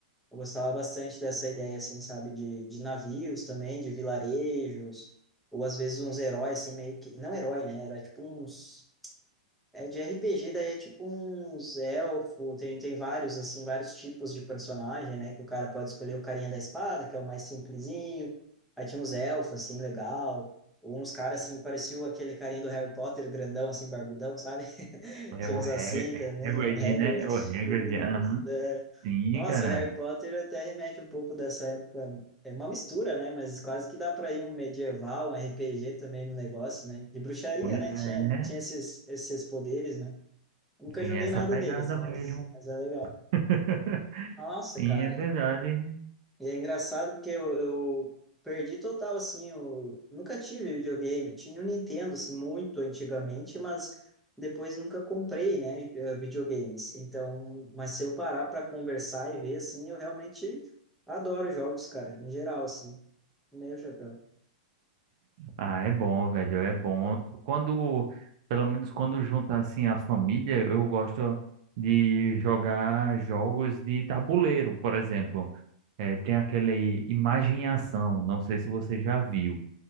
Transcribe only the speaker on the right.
É
o
Hag-
Hagrid,
né? É o Hagrid,
aham.
Sim,
cara.
Pois
é, né?
Tem
essa
pegada
mesmo.
<laughs>
Sim,
é verdade.
Ah, é bom, velho, é bom. Quando, pelo menos quando junta assim a família, eu gosto de jogar jogos de tabuleiro, por exemplo. É, tem aquele Imagem e Ação, não sei se você já viu,